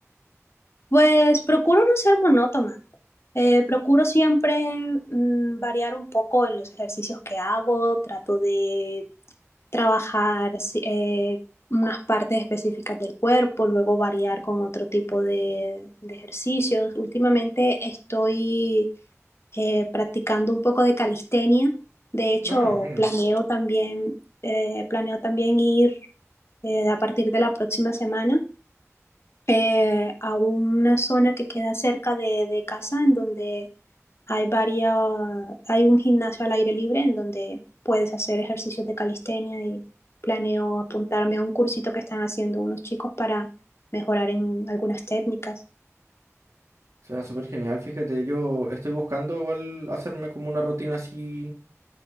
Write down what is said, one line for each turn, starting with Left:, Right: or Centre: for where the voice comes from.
Left: Pues procuro no ser monótona. Eh, procuro siempre mm, variar un poco en los ejercicios que hago. Trato de trabajar si- eh, unas partes específicas del cuerpo, luego variar con otro tipo de, de ejercicios. Últimamente estoy eh, practicando un poco de calistenia. De hecho,
Right: No, bueno,
Left: planeo también, eh, planeo también ir eh, a partir de la próxima semana eh, a una zona que queda cerca de, de casa en donde hay varias, hay un gimnasio al aire libre en donde puedes hacer ejercicios de calistenia y planeo apuntarme a un cursito que están haciendo unos chicos para mejorar en algunas técnicas.
Right: suena súper genial. Fíjate, yo estoy buscando igual hacerme como una rutina así,